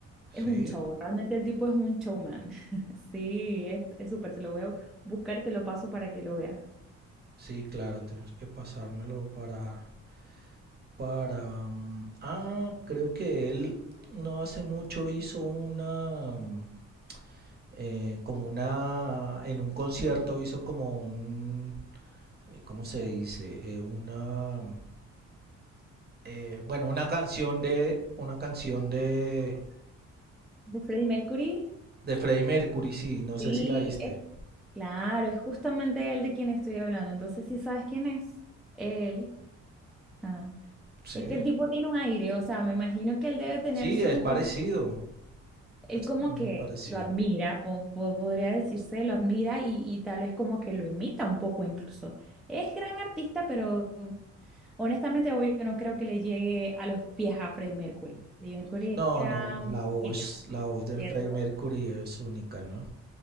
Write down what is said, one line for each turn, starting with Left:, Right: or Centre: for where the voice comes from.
Right: Sí,
Centre: es un show. Realmente el tipo es un showman. <laughs> Sí, es, es súper. Te lo voy a buscar y te lo paso para que lo veas.
Right: sí, claro, tienes que pasármelo para, para... mm, Ah, creo que él no hace mucho hizo una... mm, eh, como una... En un concierto hizo como un... eh, ¿Cómo se dice? Eh, una... mm, eh, bueno, una canción de... Una canción de...
Centre: De Freddie Mercury.
Right: De Freddie Mercury, sí. No sé
Centre: Sí,
Right: si la viste.
Centre: Claro, es justamente él de quien estoy hablando. Entonces, si sabes quién es? Él. Ajá.
Right: Sí.
Centre: Es que el tipo tiene un aire, o sea, me imagino que él debe tener
Right: Sí,
Centre: su...
Right: es parecido.
Centre: Él
Right: Es
Centre: como
Right: muy
Centre: que
Right: parecido.
Centre: lo admira, po- po- podría decirse, lo admira y, y tal vez como que lo imita un poco incluso. Es gran artista, pero honestamente, obvio, no creo que le llegue a los pies a Freddie Mercury. Freddie Mercury
Right: No,
Centre: era
Right: no,
Centre: un
Right: la voz,
Centre: genio,
Right: la voz de
Centre: ¿cierto?
Right: Freddie Mercury es única, ¿no?